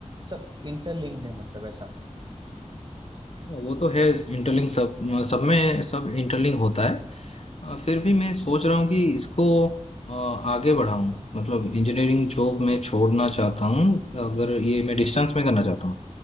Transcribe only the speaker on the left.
वो तो है इंटरलिंक सब सब में सब इंटरलिंक होता है अ, फिर भी मैं सोच रहा हूँ कि इसको अ, आगे बढ़ाऊं मतलब इंजीनियरिंग जॉब मैं छोड़ना चाहता हूँ अगर ये मैं डिस्टेंस में करना चाहता हूँ